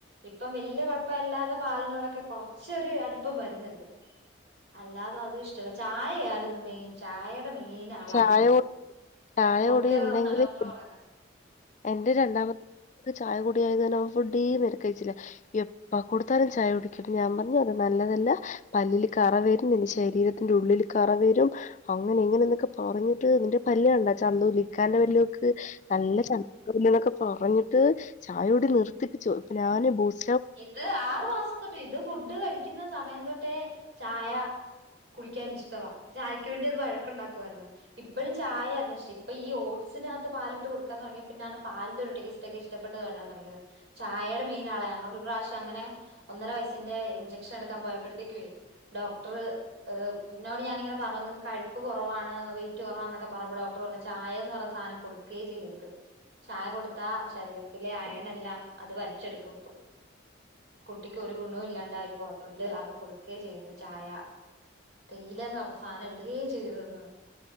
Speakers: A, on the right; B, on the left.
A: ഇപ്പം വലിയ കൊഴപ്പമില്ലാതെ പാലിനോടൊക്കെ കൊറ്ച്ച് കൊറച്ചൊരു അടുപ്പം വരുന്നുണ്ട്. അല്ലാതെ അതും ഇഷ്ടല്ല. ചായയായിരുന്നു മെയിൻ. ചായയുടെ മെയിൻ ആളായിരുന്നു
B: ചായ
A: അത്.
B: കൂടി- ചായ
A: കൊടുക്കരുതെന്നാണ്
B: കുടി ഉണ്ടെങ്കില്
A: ഡോക്ടർ പറയുന്നേ
B: എന്റെ രണ്ടാമത്തെ ചായ കുടിയായത് കാരണം ഫുഡേ ഇതുവരെ കഴിച്ചില്ല. എപ്പ കൊടുത്താലും ചായ കുടിക്കും ഞാൻ പറഞ്ഞു അത് നല്ലല്ല നല്ലതല്ല പല്ലിൽ കറ വരും. നിന്റെ ശരീരത്തിന്റെ ഉള്ളില് കറ വരും. അങ്ങനെ എങ്ങനെനൊക്കെപറ പറഞ്ഞിട്ട് നിന്റെ പല്ല് കണ്ടാ ചന്തുല്ല ഇക്കാന്റെ പല്ലൊക്ക് നിനക്ക് നല്ല ചന്തൊക്കെണ്ട്ന്ന് പറഞ്ഞിട്ട് ചായോടി നിർത്തിപ്പിച്ചു. ഇപ്പ ഞാന് ബൂസ്റ്റ്‌
A: ഇത് ആറു മാസം തൊട്ട് ഇത് ഫുഡ് കഴിക്കുന്ന സമയം തൊട്ടേ ചായ കുടിക്കാൻ ഇഷ്ടവാ. ചായക്ക് വേണ്ടി അത് വഴക്കുണ്ടാക്കുായിരുന്നു. ഇപ്പഴും ചായ ആരുന്നു ഇഷ്ടം. ഇപ്പൊ ഈ ഓട്സ് ഓട്സിനാത്ത് പാലിട്ട് കൊടുക്കാൻ തൊടങ്ങിയേ പിന്നാണ് പാലിന്റെ ഒരു ടേസ്റ്റ് ഒക്കെ ഇഷ്ടപെട്ട് വരാൻ തൊടങ്ങിയത് ചായയുടെ മെയിനാളാ ഞങ്ങള് അങ്ങനെ ഒന്നര വയസ്സിന്റെ ഇൻജെക്ഷൻ എടുക്കാൻ പോയപ്പഴ്ത്തേക്കുവേ ഡോക് ക്ടർ ഡോക്ടർ നോട് ഞാനിങ്ങനെ പറ പറഞ്ഞന്ന കഴ്പ്പ് കുറവാണ് വെയിറ്റ് കുറവാന്നൊക്കെപറഞ്ഞ്പ്പോ ഡോക്ടർ പറഞ്ഞ് ചായേന്ന് പറഞ്ഞ സാനം കൊടുക്ക്യേ ചെയ്യരുത് ചായ കൊടുത്താ ശരീരത്തിലെ അയണെല്ലാം അത് വലിച്ചെടുക്കും കുട്ടിക്ക് ഒരു ഗുണവും ഇല്ലാണ്ടായിപ്പോകും അതുകൊണ്ട് അത് കൊടുക്കേ ചെയ്യരുത് ചായ തേയിലാന്ന് പറഞ്ഞ സാധനം ഇടുകയേ ചെയ്രുതെന്ന് പറ്ഞ്ഞ്